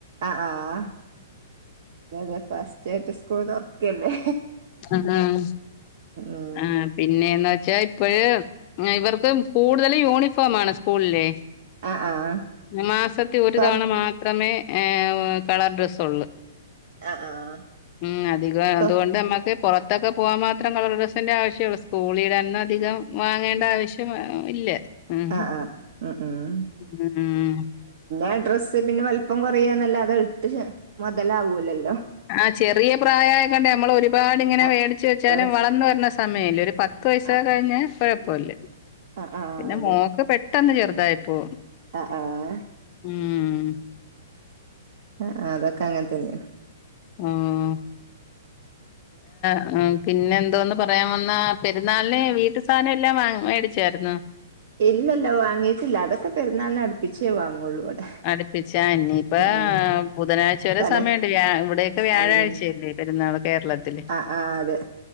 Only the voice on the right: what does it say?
ആഹ് ആഹ് അതെ ഫസ്റ്റ് സ്റ്റാറ്റസ് സ്കൂൾ തൊറക്കല്ലേ?
ഉം
ആഹ് ആഹ്
തൊർ
ആഹ് ആഹ്
തൊ
ആഹ് ആഹ് ഉം ഉം.
ആ ഡ്രസ്സ് പിന്നെ വലുപ്പം കൊറയ എന്നല്ലാതെ അത് ഇട്ട് മുതലാവൂലല്ലോ.
ആഹ്
പേഴ്സ്
ആഹ്
ആഹ് ആഹ്
അതെ
ആഹ് ആഹ് -
ആ ആ അതൊക്കെ അങ്ങനെ തന്നെയാണ്.
ഇല്ലല്ല വാങ്ങിയിട്ടില്ല അതൊക്കെ പെരുന്നാൾന് അടുപ്പിച്ചേ വാങ്ങുള്ളൂ- ഇവിടെ
ഉം ഉം
തലേ
അന്ന്
ആഹ് ആഹ് അതെ